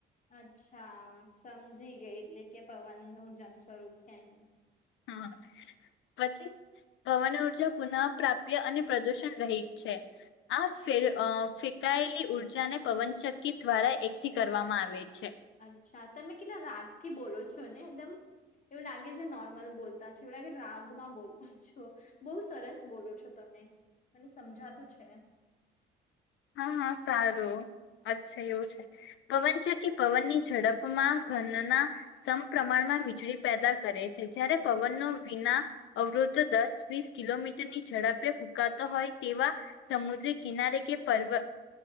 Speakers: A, on the left; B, on the left.
A: અચ્છા સમજી ગઈ એટલે કે પવન નું જન સ્વરૂપ છે એમ.
B: હા પછી. પવન ઉર્જા પુનઃ પ્રાપ્ય અને પ્રદુષણ રહીત છે આ. અકાયેલી ઉર્જાને પવનચક્કી દ્વારા એકઠી કરવામાં આવે છે
A: અચ્છા તમે કેટલા રાગ થી બોલો છો ને એકદમ. એવું લાગે છે નોર્મલ બોલતા છો એવું લાગે રાગમાં બોલતા છો બહુ સરસ બોલો છો તમે. મને સમજાતું છે.
B: <inaudible> હા હા સારું અચ્છા એવું છે પવન છે કે પવન ની ઝડપ. મ ઘનના સમ પ્રમાણમાં વીજળી પેદા કરે છે જ્યારે પવનનો વિના અવરોધો દસ વીસ. કિલોમીટરની ઝડપે ફૂંકાતો હોય તેવા સમુદ્રી કિનારે કે. પવ